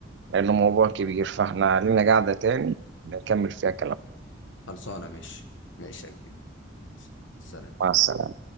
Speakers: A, on the right (about 65°); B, on the left (about 80°).
A: لأنه موضوع كبير فاحنا لينا قاعدة تاني نكمل فيها كلام
B: خلصانه ماشي ماشي يا كبير سلام
A: مع السلامة